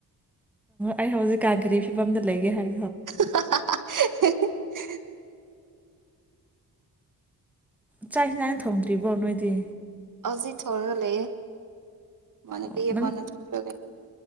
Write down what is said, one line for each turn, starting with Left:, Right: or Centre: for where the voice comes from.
Centre: ꯑꯩ ꯍꯧꯖꯤꯛ ꯀ ꯀꯔꯤ ꯐꯤꯕꯝꯗ ꯂꯩꯒꯦ ꯍꯥꯏꯕ
Right: <inaudible>
Centre: ꯆꯥꯛ ꯏꯟꯁꯥꯡꯅ ꯊꯝꯗ꯭ꯔꯤꯕꯣ ꯅꯣꯏꯗꯤ
Right: ꯑꯖꯤ ꯊꯣꯔ ꯂꯩ ꯃꯅꯦꯗꯤ
Centre: ꯑꯣ ꯅꯪ
Right: ꯃꯅ ꯊ ꯊꯣꯛ ꯂꯩꯦ